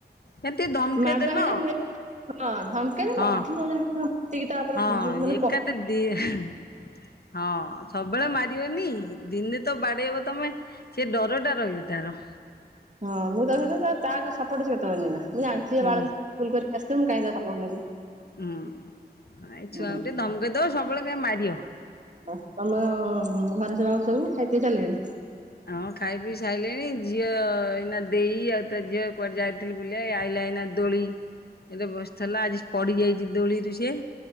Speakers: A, on the left; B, on the right.
A: ଏମିତି ଧମକେଇ
B: ମାଡୁଆ
A: ଦେଲ।
B: ହେଇଯିବ ହଁ ଧମକେଇ
A: ହଁ
B: ଦେଲେ ଅଧିକ <inaudible>
A: ହଁ
B: ଯୋଉ ମାନେ
A: ଏକା
B: ପକା
A: ତ ଦି ହଁ ସବୁ ସବୁବେଳେ ମାରିବନି ଦିନେ ତ ବାଡେଇ ତମେ ସେ ଡର ଟା ରହିବ ତା ର।
B: ହଁ ମୁଁ ତାକୁ ତାର ସପୋର୍ଟ ସିଏ କେତେବେଳେ ନିଏନା ମୁଁ ଜାଣିଚି ଇଏ
A: ହୁଁ
B: ବାଳଙ୍ଗା ଭୁଲ କରିକି ଆସିଥିବ ମୁଁ କାଇଁ ତା ସର୍ପୋଟ ନେବି।
A: ହୁଁ ଏଇ
B: ହୁଁ
A: ଛୁଆଙ୍କୁ ଟିକେ ଧମକେଇ ଦବ ସବୁବେଳେ କାଇଁ ମାରିବ‌।
B: ହ ତମ ଘରେ ସେ ବାକୁ ସବୁ ଖାଇ ପିଇ ସାରିଲେଣି?
A: ହଁ ଖାଇ ପିଇ ସାଇଲେଣି ଝିଅ ଏଇନା ଦେଇ ଆଉ ତା ଝିଅ କୁଆଡେ ଯାଇ ଥିଲେ ବୁଲିଆ ଏ ଆଇଲା ଏଇନା ଦୋଳି ଏ ତ ବସିଥିଲା ଆଜି ପଡି ଯାଇଚି ଦୋଳିରୁ ସିଏ।